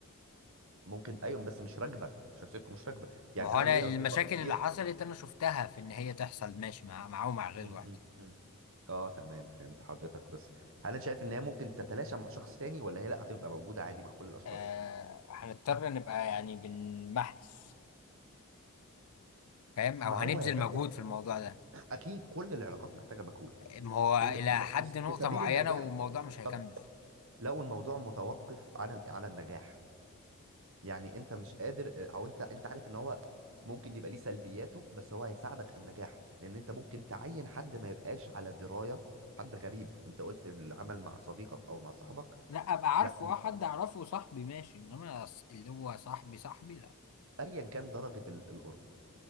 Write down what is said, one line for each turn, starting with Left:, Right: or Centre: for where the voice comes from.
Right: ممكن ايوه بس مش راكبه شخصيتكم مش راكبه يعني
Left: ما هو
Right: انا
Left: انا
Right: ليا
Left: المشاكل
Right: اصدقاء كتير
Left: اللي حصلت انا شفتها في ان هي تحصل ماشي مع معاه ومع غيره
Right: م-
Left: واحد
Right: م- م. اه تمام فهمت حضرتك بس هل انا شايف ان هي ممكن تتلاشى مع شخص تاني ولا هي لا هتبقى موجوده عادي مع كل الاشخاص
Left: آه هنضطر نبقى يعني بنمحس فاهم او
Right: ما
Left: هنبذل
Right: هو يا فندم
Left: مجهود في الموضوع ده
Right: اكيد كل العلاقات محتاجه مجهود
Left: ما هو
Right: كل
Left: إلى حد
Right: في
Left: نقطة
Right: في سبيل
Left: معينة
Right: النجاح
Left: والموضوع مش هيكمل
Right: طب لو الموضوع متوقف على على النجاح يعني انت مش قادر آه، او انت انت عارف ان هو ممكن يبقى ليه سلبياته بس هو هيساعدك في النجاح لان انت ممكن تعين حد ما يبقاش على درايه حد غريب انت قلت إن العمل مع صديقك او مع صاحبك
Left: لا ابقى عارفه
Right: لا
Left: اه حد اعرفه صاحبي ماشي انما ص- اللي هو صاحبي صاحبي لا
Right: ايا كان درجه ال- القرب